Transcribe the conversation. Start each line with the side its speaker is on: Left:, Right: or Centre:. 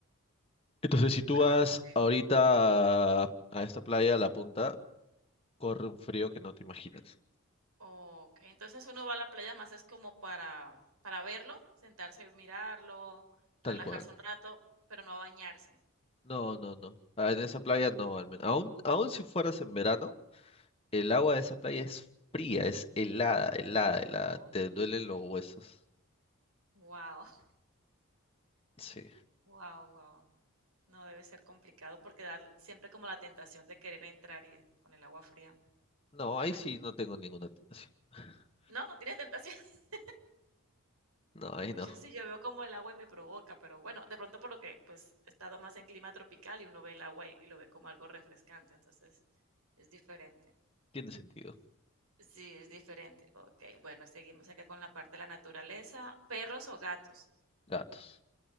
Left: Entonces, si tú vas
Right: okey.
Left: ahorita a, a esta playa, a La Punta, corre un frío que no te imaginas.
Right: Okey, entonces uno va a la playa más es como para para verlo, sentarse, mirarlo, relajarse
Left: Tal cual.
Right: un rato, pero no a bañarse.
Left: No, no, no. Ah, En esa playa no, al menos. Aún, aún si fueras en verano, el agua de esa playa es fría, es helada, helada, helada.
Right: Okey.
Left: Te duelen los huesos.
Right: Wow. <laughs>
Left: Sí.
Right: Wow, wow. No debe ser complicado porque dar siempre como la tentación de querer entrar y con el agua fría.
Left: No, ahí
Right: Bueno,
Left: sí no tengo ninguna tentación. <laughs>
Right: no, no tienes tentación. <laughs>
Left: No, ahí
Right: Pues
Left: no.
Right: yo sí, yo veo como el agua y me provoca, pero bueno, de pronto por lo que pues he estado más en clima tropical y uno ve el agua y, y lo ve como algo refrescante, entonces es diferente.
Left: Tiene sentido.
Right: Sí, es diferente. Ok, bueno, seguimos acá con la parte de la naturaleza. ¿Perros o gatos?
Left: Gatos.